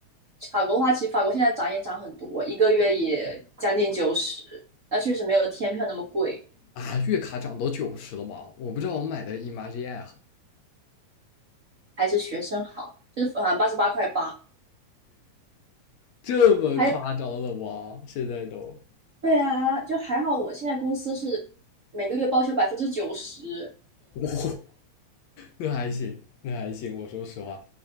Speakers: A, on the right; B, on the left.
A: 法国的话其实法国现在涨也涨很多，一个月也将近九十，那确实没有天票那么贵，
B: 啊，月卡涨到九十了吗？我不知道我买的 i m a g i n e
A: 还是学生好，就是反正八十八块八。
B: 这么夸张了吗？
A: 还有
B: 现在都，
A: 对啊，就还好我现在公司是每个月报销百分之九十。
B: 哇，那还行，那还行，我说实话，